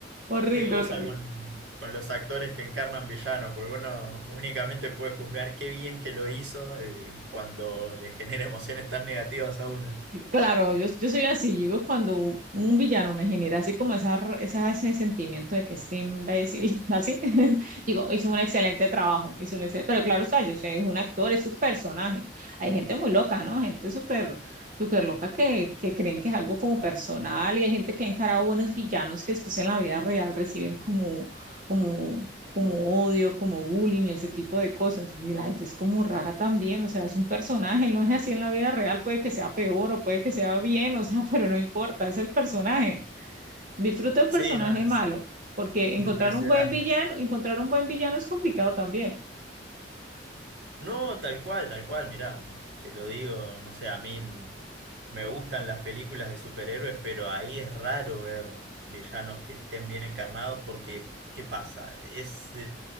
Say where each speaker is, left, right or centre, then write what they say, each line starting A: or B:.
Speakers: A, on the right; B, on the right.
A: horrible,
B: Qué cosa
A: horrible.
B: con, con los actores que encarnan villanos, porque uno únicamente puede juzgar qué bien que lo hizo eh, cuando le genera emociones tan negativas a uno.
A: Claro, yo, yo soy así, yo cuando un villano me genera así como esa, r- esa- ese sentimiento de que este imbécil, <laughs> así, <laughs> digo, hizo un excelente trabajo, hizo un excelente, pero claro está, yo sé, es un actor, es su personaje. Hay gente muy loca, ¿no? Gente súper, súper loca que, que creen que es algo como personal y hay gente que ha encarado buenos villanos que después en la vida real reciben como, como como odio, como bullying y ese tipo de cosas. Y la gente es como rara también, o sea, es un personaje, <laughs> no es así en la vida real, puede que sea peor o puede que sea bien, o sea, <laughs> pero no importa, es el personaje. Disfruta el personaje
B: Sí, no,
A: malo,
B: es
A: porque
B: impresionante.
A: encontrar un buen villano, encontrar un buen villano es complicado también.
B: No, tal cual, tal cual, mirá, te lo digo, no sé, a mí m- me gustan las películas de superhéroes, pero ahí es raro ver villanos que estén bien encarnados porque, ¿qué pasa? Ese